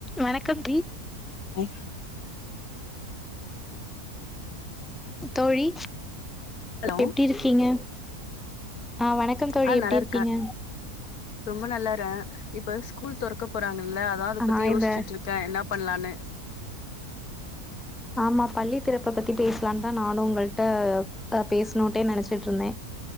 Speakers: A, in the centre; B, on the left.
A: வணக்கம் டி
B: ஆ
A: தோழி
B: ஹலோ
A: எப்டி இருக்கீங்க அ வணக்கம் தோழி
B: ஆ
A: எப்டி
B: நல்லா
A: இருக்கீங்க
B: இருக்கே ரொம்ப நல்லாறே இப்ப ஸ்கூல் தொறக்க போறாங் இல்ல அதா அத
A: ஆ
B: பத்தி யோசிட்டுருக்கே
A: இந்த
B: என்னா பண்லானு
A: ஆமா பள்ளித் திறப்ப பத்தி பேசலா தா நானு உங்கள்ட்ட த பேசுணோட்டே நெனச்சுட்டுருந்தே